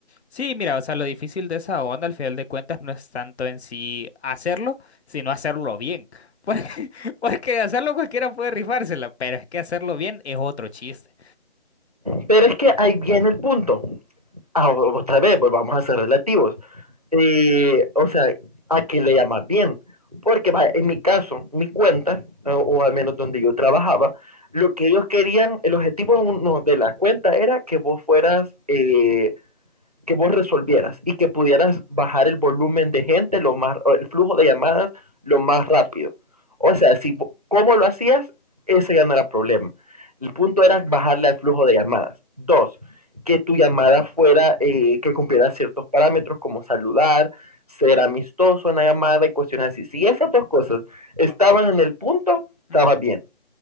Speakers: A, on the left; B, on the right.
A: Sí, mira, o sea, lo difícil de esa onda al final de cuentas no es tanto en sí hacerlo, sino hacerlo bien. <laughs> Porque, porque hacerlo cualquiera puede rifársela, pero es que hacerlo bien es otro chiste.
B: Pero es que ahí viene el punto. Ah, otra vez, volvamos a ser relativos. Eh, o sea, ¿a qué le llamas bien? Porque va, en mi caso, mi cuenta, o, o, al menos donde yo trabajaba, lo que ellos querían, el objetivo uno de la cuenta era que vos fueras eh, que vos resolvieras y que pudieras bajar el volumen de gente, lo más, el flujo de llamadas lo más rápido. O sea, si cómo lo hacías, ese ya no era problema. El punto era bajarle al flujo de llamadas. Dos, que tu llamada fuera, eh, que cumpliera ciertos parámetros como saludar, ser amistoso en la llamada y cuestiones así. Si esas dos cosas estaban en el punto,
A: Ujú,
B: estaba bien.